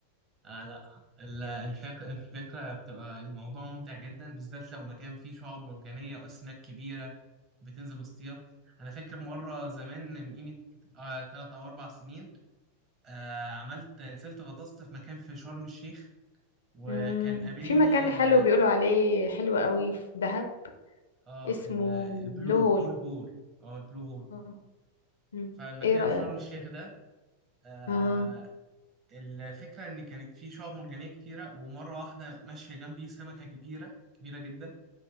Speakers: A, on the right; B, on the left.
A: آه لا ال- الفك... الفكرة بتبقى الموضوع ممتع جدا بالذات لو مكان فيه شعاب مرجانية وأسماك كبيرة بتنزل وسطيها أنا فاكر مرة زمان من قيمة آه، تلات أو أربع سنين آه، عملت نزلت غطست في مكان في شرم الشيخ وكان
B: مم.
A: قابلني
B: في مكان حلو
A: آه،
B: بيقولوا عليه حلو قوي في دهب
A: اه
B: اسمه
A: ال- البلو
B: بلو هول
A: هول بول اه البلو هول
B: آه. مم.
A: فالمكان
B: ايه رأيك
A: في شرم الشيخ ده آه
B: اه
A: الفكرة إن كانت فيه شعاب مرجانية كتيرة ومرة واحدة ماشية جنبي سمكة كبيرة كبيرة جدا